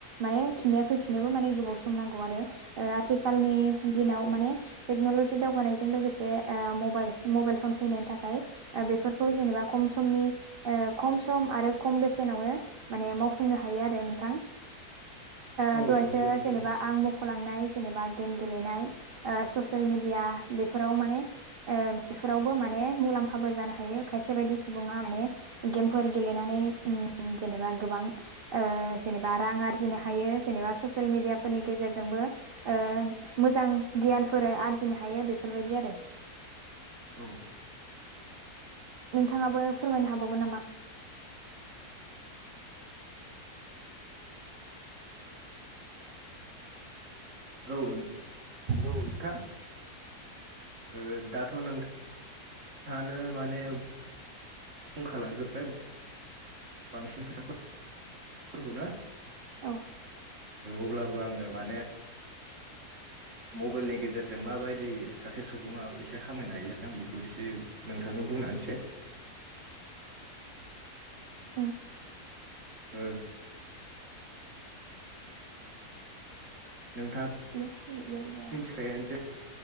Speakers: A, on the right; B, on the right.
A: माने फिननाया फैफिननोबो माने गोबाव सम नांगौ आरो। ओ आथिखालनि
B: औ
A: दिनाव माने टेक्न'लजि दावगानायजों लोगोसे ओ मबाइल मबाइल फन फैनायनि थाखाय ओ बेफोरखौ जेनेबा खम समनि ओ खम सम आरो खम बेसेनावनो माने मावफुंनो हायो आरो नोंथां। ओ
B: औ
A: दहायसो
B: नंगौ नोंथां।
A: जेनेबा आं मख'लांनाय जेनेबा गेम गेलेनाय ओ ससियेल मिडिया बेफोराव माने बेफोरावबो माने ओ मुलाम्फाबो जानो हायो खायसे बायदि सुबुङा माने गेमफोर गेलेनानै ओम जेनेबा गोबां ओ जेनेबा रां आरजिनो हायो जेनेबा ससियेल मिडियाफोरनि गेजेरजोंबो। ओ मोजां गियानफोर आरजिनो हायो बेफोरबायदि आरो।
B: औ
A: नोंथाङाबो फोरमायनो हाबावगोन नामा?
B: <inaudible> औ नों
A: औ
B: थां। ओ दाथ' नों थाङानो माने बुंखालांजोब्बाय बांसिन खोथाफोर फोरखौनो
A: औ
B: अब्लाबो आङो माने
A: <inaudible>
B: मबेलनि गेजेरजों माबायदि सासे सुबुङा फैसा खामायनो हायो आं बेखौ एसे नोंथांनो बुंनानैसो
A: उम
B: ओ नोंथां‌।
A: इयाव फै इयाव इयाव,
B: थायनोसेै।